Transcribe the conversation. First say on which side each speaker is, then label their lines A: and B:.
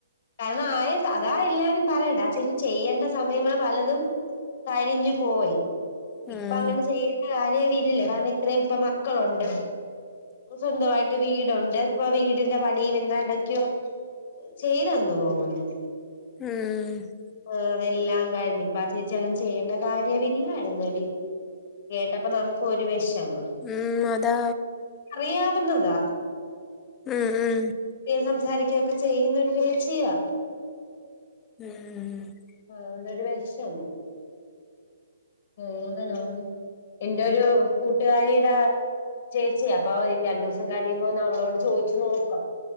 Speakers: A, on the left; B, on the left.
A: കാരണം ആയ അതാ എല്ലാരും പറയണെ ആ ചേച്ചി ചെയ്യേണ്ട സമയങ്ങള് പലതും കഴിഞ്ഞു പോയി
B: ഉം
A: ഇപ്പ അങ്ങനെ ചെയ്യ ണ്ട കാര്യവില്ല കാരണം ഇത്രയും ഇപ്പ മക്കളുണ്ട് സ്വന്തമായിട്ട് വീടുണ്ട് ഇപ്പൊ വീടിന്റെ പണിയും എന്താണ്ടൊക്കെയോ ചെയ്തെന്നു തോന്നുന്നു
B: ഉം
A: ആഹ് അതെല്ലാം കഴിഞ്ഞു ഇപ്പ ആ ചേച്ചി അങ്ങനെ ചെയ്യേണ്ട കാര്യമില്ലായിരുന്നെടി കേട്ടപ്പൊ നമുക്കും ഒരു വെഷമം
B: ഉം അതാ
A: അറിയാവുന്നതാ
B: ഉം ഉം
A: സംസാരിക്കേം ഒക്കെ ചെയ്യുന്നൊരു ചേച്ചിയാ
B: ഉം
A: അതോണ്ടൊരു വെഷമം <unintelligible> എന്റൊരു കൂട്ടുകാരിടെ ച്ചിയാ അപ്പൊ രണ്ടു ദിവസം കഴിയുമ്പോ ഒന്ന് അവളോട് ചോദിച്ചു നോക്കാം